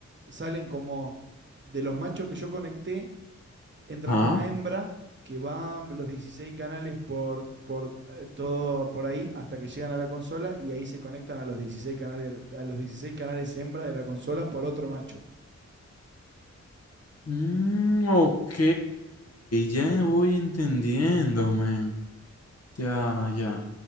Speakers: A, on the right; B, on the left.
A: salen como de los machos que yo conecté, entran
B: Ah.
A: una hembra que van los 16 canales por, por eh, todo por ahí hasta que llegan a la consola y ahí se conectan a los dieciséis canales a los 16 canales hembra de la consola por otro macho.
B: Mm, ok, ya voy entendiendo, man. Ya, ya.